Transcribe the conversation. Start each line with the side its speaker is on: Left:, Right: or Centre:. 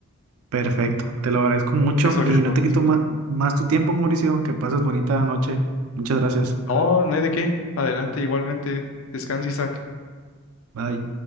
Right: perfecto. Te lo agradezco mucho
Left: Eso es
Right: y
Left: lo que te
Right: no
Left: puedo
Right: te quito
Left: decir.
Right: ma- más tu tiempo, Mauricio. Que pases bonita noche. Muchas gracias.
Left: No, no hay de qué. Adelante, igualmente. Descansa, Isaac.
Right: Bye.